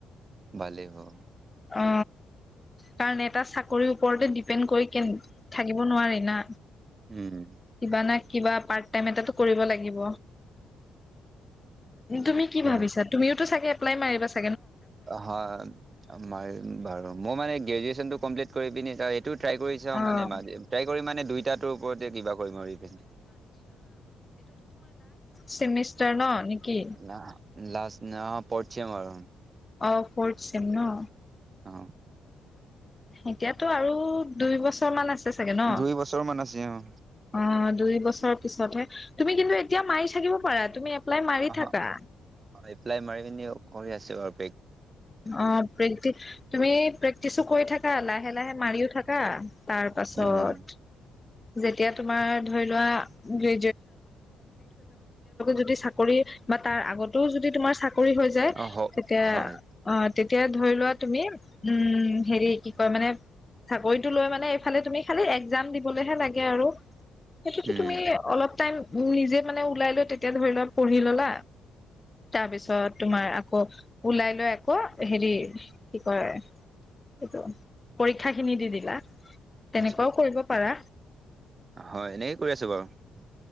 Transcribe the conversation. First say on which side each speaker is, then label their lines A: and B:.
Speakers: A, on the right; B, on the left.
A: ভালেই হ'ব
B: অ কাৰণ এটা চাকৰি ওপৰতে দি পেন কৰি কে থাকিব নোৱাৰি না,
A: উম
B: কিবা না কিবা পাৰ্ট টাইম এটাটো কৰিব লাগিব। তুমি কি
A: হয়
B: ভাবিছা তুমিও তটো চাগে মাৰিবছে।
A: হয় ম বাৰু মোৰ মানে গ্ৰেজুৱেচনটো কমপ্লিট পিনি যা ট্ৰাই কৰি চা
B: অ
A: মানে ট্ৰাই কৰি মানে দুইটাটোৰ ওপৰতে কিবা কৰিম আৰু
B: তুমি ন নেকি
A: না লাষ্ট অ পঢ়ছ মাৰ,
B: অ ফৰ্থ চিম ন
A: অ!
B: এতিয়াতো আৰু দুই বছৰ মান আছে। চাগে ন?
A: দুই বছৰ মান আছে অ!
B: অ দুই বছৰৰ পিছতহে তুমি কিন্তু এতিয়া মাৰি থাকিব পাৰা তুমি। এপ্লাই মাৰি
A: অ
B: থাকা।
A: এপ্লাই মাৰি পিনি কৰি আছো বাৰ
B: অ প্ৰেক্টি তুমি প্ৰেক্টিচো কৰি থাকা লাহে লাহে মাৰিও থাকা তাৰ পাছত।
A: উম
B: <inaudible> যাব তেতিয়ে যদি কৰি বা তাৰ আগতেও যদি তোমাৰ চাকৰি হৈ যায়
A: অ হ
B: তেতিয়া।
A: হয়
B: তেতিয়া ধৰি লোৱা তুমি উম হেৰি কি কয় মানে চাকৰিতটো লৈ মানে এইফালে তুমি খালি একজাম দিব। লেহে লাগে আৰু সেইটোতো
A: উম
B: তুমি অলপ টাইম উ নিজে মানে ওলাই লৈ তেতিয়া ধৰি লোৱা পঢ়ি ললা তাৰপিছত তোমাৰ আকৌ ওলাই লৈ আকৌ হেৰি কি কয় এইটো পৰীক্ষা খিনি দি দিলা। তেনেকুৱাও
A: আচ্ছা
B: কৰিব। হ!
A: হয় এনেকে কৰি আছো বাৰু